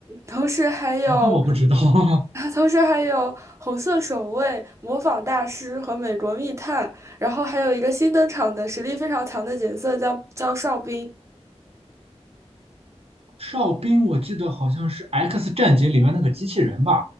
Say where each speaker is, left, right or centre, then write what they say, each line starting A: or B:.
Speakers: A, on the right (about 25°); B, on the right (about 60°).
A: 同时还有，
B: 好那我不知道，<laughs>
A: <laughs> 同时还有红色守卫、模仿大师和美国密探，然后还有一个新登场的实力非常强的角色叫叫哨兵。
B: 哨兵我记得好像是《X 战警》里面那个机器人吧，